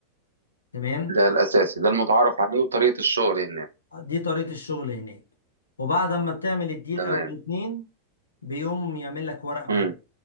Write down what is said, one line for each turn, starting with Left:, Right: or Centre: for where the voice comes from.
Left: تمام
Right: ده الأساسي ده المتعارف عليه وطريقة الشغل هناك
Left: دي طريقة الشغل هناك وبعد ما بتعمل الديل
Right: تمام
Left: او الاتنين بيقوم يعمل لك ورق بعده
Right: مم.